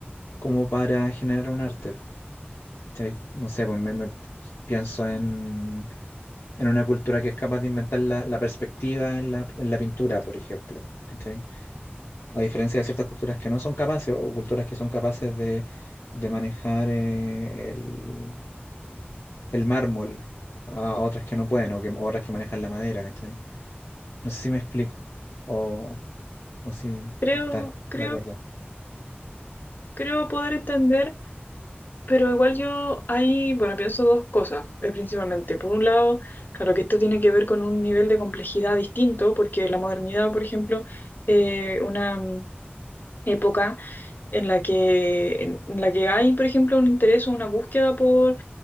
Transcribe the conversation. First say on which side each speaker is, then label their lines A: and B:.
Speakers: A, on the left; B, on the left.
A: como para generar un arte. ¿cachai? No sé, pues me, me pienso en, en una cultura que es capaz de inventar la, la perspectiva en la, en la pintura, por ejemplo. ¿cachai? A diferencia de ciertas culturas que no son capaces o culturas que son capaces de, de manejar eh, el, el mármol a otras que no pueden o que, o otras que manejan la madera. ¿cachai? No sé si me explico o, o si
B: Creo,
A: estás
B: creo,
A: de acuerdo.
B: creo poder entender. Pero igual yo ahí, bueno, pienso dos cosas, eh, principalmente. Por un lado, claro que esto tiene que ver con un nivel de complejidad distinto, porque la modernidad, por ejemplo, eh, una mm, época en la que, en la que hay, por ejemplo, un interés o una búsqueda por,